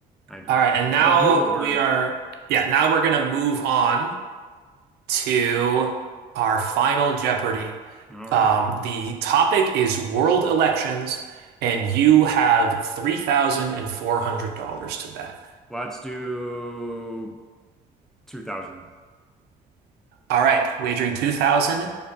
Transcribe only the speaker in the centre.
I, okay.
I, I knew the word.
All right.
Let's do 2000.